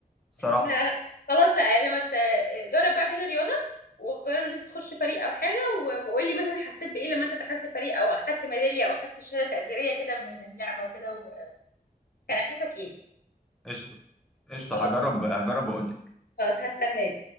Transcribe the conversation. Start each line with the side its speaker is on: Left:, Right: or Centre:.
Centre: الصراحه
Left: لا خلاص لا لما ت- جرب بقى كده رياضة وجرب ان انت تخش فريق او حاجة و- وقول لي مثلا حسيت بايه لما انت دخلت فريق او اخدت ميدالية او اخدت شهادة تقديرية كده من اللعبة وكده وكان احساسك ايه
Centre: قشطه قشطه
Left: خلاص
Centre: هجرب هجرب اقول لك
Left: خلاص هستناك